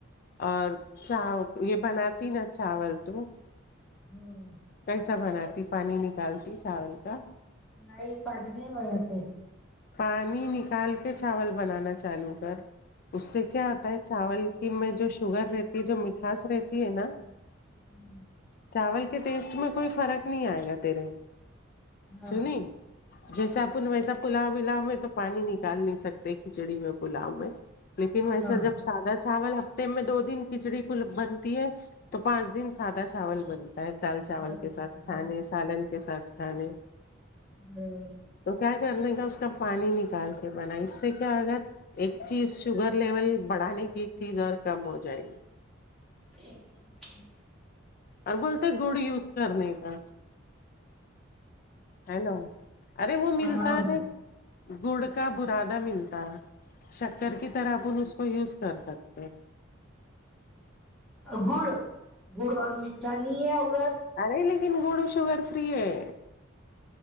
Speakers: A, on the left; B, in the centre.
A: اور چا یہ بناتی نا چاول تو
B: ہاں
A: کیسا بناتی پانی نکالتی چاول کا
B: نہیں پانی نہیں بیا پ
A: پانی نکال کے چاول بنانا چالو کر اس سے کیا ہوتا ہے چاول کہ میں جو شوگر رہتی ہے جو مٹھاس رہتی ہے نا
B: ہوں <unintelligible>
A: چاول کے ٹیسٹ میں کوئی فرق نہیں آئے گا تیرے
B: ہاں
A: سنی جیسا اپن ویسا پلا ولاو میں تو پانی نکال نہیں سکتے کھچڑی میں پلاؤ میں لیکن ویسا
B: ہاں
A: جب سادا چاول ہفتے میں دو دن کھچڑی کو بنتی ہے تو پانچ دن سادا چاول بن دال چاول
B: بنتے
A: کے ساتھ
B: ہاں
A: کھانے سالن کے ساتھ کھانے
B: ہوں
A: تو کیا کرنے کا اس کا پانی نکال کے بنا اس سے کیا ہوگا ایک چیز شوگر لیول بڑھانے کی ایک چیز اور کم ہو جائے گی
B: ہے <unintelligible>
A: اور بولتے گڑ یوز کرنے کا ہیلو ارے وہ ملتا
B: ہاں
A: د گڑ کا برادا ملتا ہے شکر کی طرح اپن اس کو یوز کر سکتے ہیں
B: گڑ گڑ اور میٹھا نہیں ہے عورت
A: ارے لیکن گوڑو شوگر فری ہے